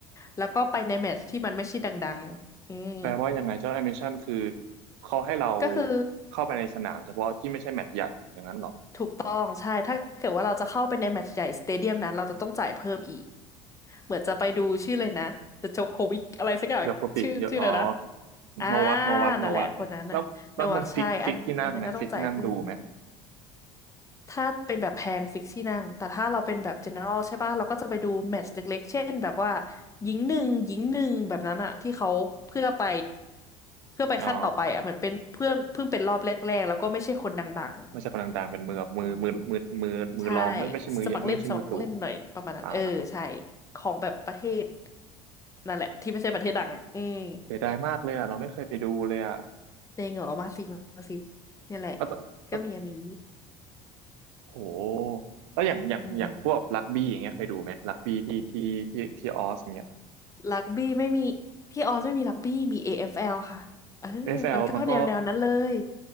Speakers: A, on the left (about 20°); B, on the right (about 75°).
A: แล้วก็ไปในแมตช์ที่มันไม่ใช่ดังๆอืม
B: แปลว่ายังไงเจ้าแอนิเมชันคือเขาให้เรา
A: ก็คือ
B: เข้าไปในสนามเฉพาะที่ไม่ใช่แมตช์ใหญ่อย่างนั้นเหรอ
A: ถูกต้องใช่ถ้าเกิดว่าเราจะเข้าไปในแมตช์ใหญ่สเตเดียมนั้นเราจะต้องจ่ายเพิ่มอีกเหมือนจะไปดูชื่อเลยนะเดโจโควิกอะไรสักอย่างชื่อชื่ออะไรนะ
B: โยโคปิโยอ๋อ
A: อ่า
B: โนวัตโนวัตโนวัตแล้วแล้วมันฟิกฟิกที่นั่งไหมฟิกที่นั่งดูไหม
A: นั่นแหละคนนั้นน่ะโนวัคใช่อันอันนั้นก็ต้องจ่ายเพิ่มถ้าเป็นแบบแพงฟิกที่นั่งแต่ถ้าเราเป็นแบบ general ใช่ป่ะเราก็จะไปดูแมตช์เล็กๆเช่นแบบว่าหญิงหนึ่งหญิงหนึ่งแบบนั้นอะที่เขาเพื่อไปเพื่อไปขั้นต่อไปอะเหมือนเป็นเพื่อนเพิ่งเป็นรอบแรกๆแล้วก็ไม่ใช่คนดัง
B: อ๋อไม่ใช่คนดังๆเป็นมือแบบมือมือมือมือมือรองไม่ไม่ใช่มือไม่ใช่มือสูง
A: ๆอืม ใช่สมัครเล่นสมัครเล่นหน่อยประมาณนั้นเออใช่
B: อ่า
A: ของแบบประเทศนั่นแหละที่ไม่ใช่ประเทศดังอืม
B: เสียดายมากเลยอ่ะเราไม่เคยไปดูเลยอ่ะ
A: เจงเหรอมาสิมาสิเนี่ยแหละ
B: แล้วตอแล้ว
A: ก็มีอันนี้
B: โหแล้วอย่างอย่างอย่างพวกรักบี้อย่างเงี้ยเคยดูไหมรักบี้ที่ที่ที่ที่ออสอย่างเงี้ย
A: อืมรักบี้ไม่มีที่ออสไม่มีรักบี้มี AFL ค่ะเออมันก็แนวแนวนั้นเลย
B: เอเอฟแ f ลมันก็